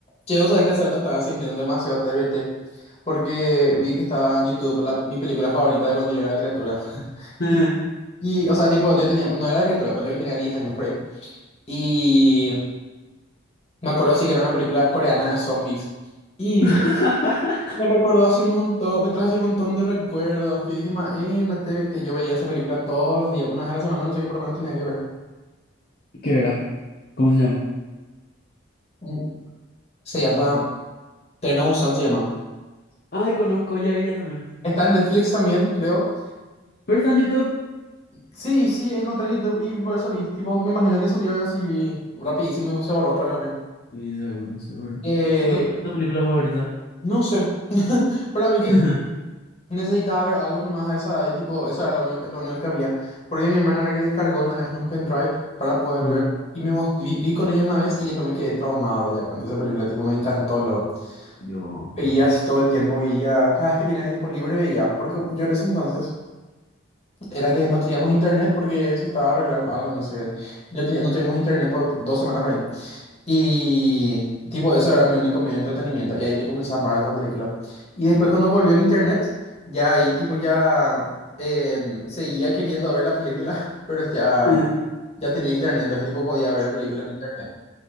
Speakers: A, on the left; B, on the left.
A: Che, vos sabés que hace rato estaba sintiendo demasiado TBT porque vi que estaba en YouTube la- mi película favorita de cuando yo era criatura. <laughs>
B: Eh.
A: Y, y, o sea, tipo, yo tenía, no era criatura, pero que tenía 10 años por ahí. Y me acuerdo sí que era una película coreana de zombies. Y
B: <laughs>
A: vi- me recordó así un montón, me trajo así un montón de recuerdos. Yo dije, ma, eh, no TBT. Yo veía esa película todos los días, una vez a la semana, no sé qué, por lo menos tenía que ver.
B: ¿Qué era? ¿Cómo se llama?
A: Mm, Se llama Tren a Busan, se llama.
B: Ay, conozco, ya vi, ya también.
A: Está en Netflix también, creo.
B: Pero está en YouTube.
A: Sí, sí, encontré en YouTube y por eso vi. Tipo, me imagino que subió así rapidísimo y se borró otra vez o qué.
B: Sí, seguro, seguro.
A: Eh,
B: ¿Y por qué era tu película favorita?
A: no sé. <laughs> Para mí
B: <laughs>
A: que necesitaba ver algo nomás a esa edad y tipo, eso era lo único que, lo único que había. Porque mi hermana era que descargó una vez en un pendrive para poder
B: Mm.
A: ver. Y me most- vi, vi con ella una vez y después me quedé traumado ya con esa película. Tipo, me encantó. Lo
B: Yo.
A: veía así todo el tiempo, veía. Cada vez que tenía tiempo libre veía. Porque yo en ese entonces era que no teníamos internet porque se estaba arreglando algo, no sé qué. Y No, tenía- no tuvimos internet por dos semanas por ahí. Y tipo, eso era mi único medio de entretenimiento. Y ahí le comencé a amar a esa película. Y después cuando volvió el internet, ya ahí tipo ya em, seguía queriendo ver la película, <laughs> pero ya,
B: Eh.
A: ya tenía internet, entonces tipo podía ver la película en internet.